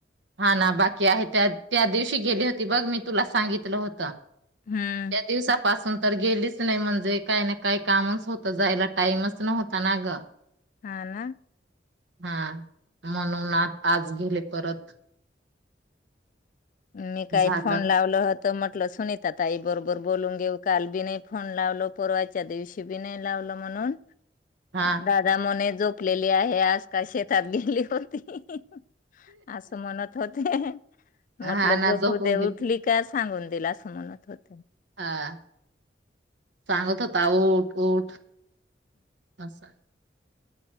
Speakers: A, on the right; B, on the left.
A: हा ना बाकी आहे त्या त्या दिवशी गेली होती बघ मी तुला सांगितलं होत. त्या
B: हम्म
A: दिवसापासून तर गेलीच नाही म्हणजे काय ना काय कामच होतं जायला टाइमच न होता ना ग.
B: हा ना,
A: हा म्हणून आता आज गेले परत
B: मी काही
A: झालं
B: फोन लावल होत म्हटलं सुनित ताई बरोबर बोलून घेऊ काल बी नाही. फोन लावल परवाच्या दिवशी बी नाही लावलं म्हणून.
A: हा
B: दादा म्हनेन झोपलेल ते आहे आजकाल शेतात गेली. तर ती असस म नत होते. म्हटलं
A: हा
B: झोपू
A: ना झोपून
B: दे
A: घेतली
B: उठली का? सांगून दिलास म्हणत होत.
A: हा सांगत होता ऊठ ऊठ आस. ह.